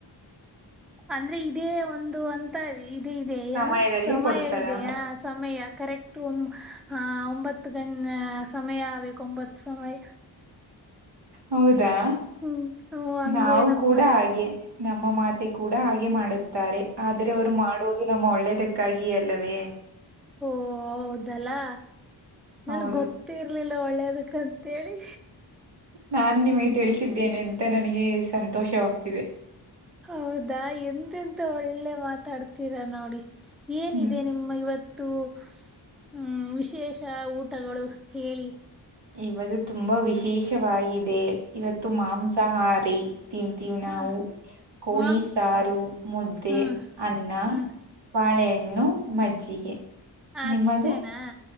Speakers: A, in the centre; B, on the right.
A: ಅಂದ್ರೆ ಇದೇ ಒಂದು ಅಂತ. ಇದೆ ಇದೆ
B: ಸಮಯದಲ್ಲಿ
A: ಏನು ಸಮಯವಿದೆಯಾ
B: ಕೊಡ್ತಾರಾ
A: ಸಮಯ ಕರೆಕ್ಟು ಹ್ಮ್ಮ್. ಹಾ ಒಂಬತ್ತು ಗಣ ಸಮಯ ಆಬೇಕ ಒಂಬತ್ತು ಸಮಯ.
B: ಹೌದಾ
A: ಹ್ಮ್ ಹಂಗೆ
B: ನಾವು
A: ನಮ್ಮ
B: ಕೂಡ ಹಾಗೆ. ನಮ್ಮ ಮಾತೆ ಕೂಡ ಹಾಗೆ ಮಾಡು. ತಾರೆ ಆದ್ರೆ ಅವ್ರು ಮಾಡುವುದು ನಮ್ಮ ಒಳ್ಳೇದಕ್ಕಾಗಿಯೆ ಅಲ್ಲವೇ.
A: ಓ ಹೌದಲ್ಲಾ ನನ್
B: ಹೌದು
A: ಗೊತ್ತ. ಇರ್ಲಿಲ್ಲ ಒಳ್ಳೇದಕ್ಕ ಅಂತೇಳಿ.
B: ನಾನ್ ನಿಮಗೆ ತಿಳಿಸಿದ್ದೇನೆ ಅಂತ ನನಗೆ ಸಂತೋಷವಾಗ್ತಿದೆ.
A: ಹೌದಾ ಎಂತೆಂತ ಒಳ್ಳೆ ಮಾತಾಡ್ತೀರಾ ನೋಡಿ ಏನಿದೆ
B: ಹ್ಮ್
A: ನಿಮ್ಮ ಇವತ್. ಮತ್ತು ಹ್ಮ್ ವಿಶೇಷ ಊಟಗಳು ಹೇಳಿ.
B: ಇವದು ತುಂಬಾ ವಿಶೇಷವಾಗಿದೆ ಇವತ್ತು ಮಾಂಸಾಹಾರಿ. ತಿಂತೀವ್ ನಾವು
A: ಹ
B: ಕೋಳಿ
A: ಮಾಂಸ
B: ಸಾರು ಮುದ್ದೆ
A: ಹ್ಮ್
B: ಅನ್ನ.
A: ಹ್ಮ್
B: ಬಾಳೆಹಣ್ಣು ಮಜ್ಜಿಗೆ.
A: ಅಷ್ಟೇನಾ
B: ನಿಮ್ಮದು